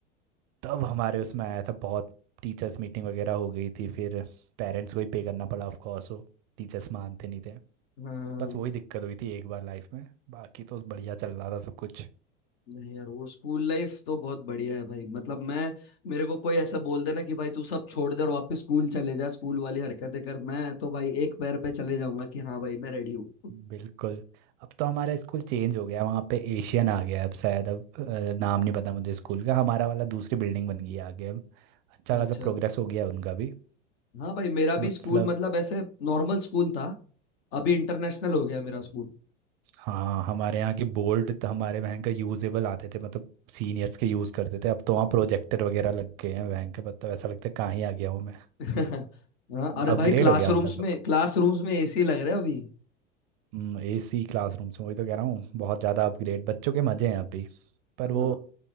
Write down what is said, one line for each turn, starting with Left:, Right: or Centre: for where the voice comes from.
Right: तब हमारे उसमें आया था बहुत टीचर्स मीटिंग वगैरह हो गई थी फिर पेरेंट्स को ही पे करना पड़ा ऑफ कोर्स वो टीचर्स मानते नहीं थे
Left: हाँ
Right: बस वही दिक्कत हुई थी एक बार लाइफ में बाकी तो बढ़िया चल रहा था सब कुछ
Left: नहीं यार वो स्कूल लाइफ तो बहुत बढ़िया है भाई मतलब मैं मेरे को कोई ऐसा बोल देना कि भाई तू सब छोड़ दे और वापस स्कूल चले जा स्कूल वाली हरकतें कर मैं तो भाई एक पैर पे चले जाऊंगा कि हाँ भाई मैं रेडी हूँ
Right: बिल्कुल अब तो हमारा स्कूल चेंज हो गया वहाँ पे एशियन आ गया अब शायद अब अ, नाम नहीं पता मुझे स्कूल का हमारा वाला दूसरी बिल्डिंग बन गई है आगे अब अच्छा
Left: अच्छा
Right: खासा प्रोग्रेस हो गया है उनका भी
Left: हाँ भाई मेरा
Right: तो
Left: भी
Right: मतलब
Left: स्कूल मतलब ऐसे नॉर्मल स्कूल था अभी इंटरनेशनल हो गया मेरा स्कूल
Right: हाँ हमारे यहाँ की बोर्ड तो हमारे वहाँ का यूजेबल आते थे मतलब सीनियर्स के यूज़ करते थे अब तो वहाँ प्रोजेक्टर वगैरह लग गए हैं वहाँ के मतलब ऐसा लगता है कहाँ ही आ गया हूँ मैं
Left: <laughs> हाँ
Right: मतलब
Left: अरे भाई
Right: अपग्रेड
Left: क्लासरूम्स
Right: हो गया मतलब सब
Left: में
Right: कुछ
Left: क्लासरूम्स में एसी लग रहे हैं अभी
Right: हम्म, एसी क्लासरूम से वही तो कह रहा हूँ बहुत ज़्यादा अपग्रेड बच्चों के मज़े हैं अभी पर
Left: हाँ
Right: वो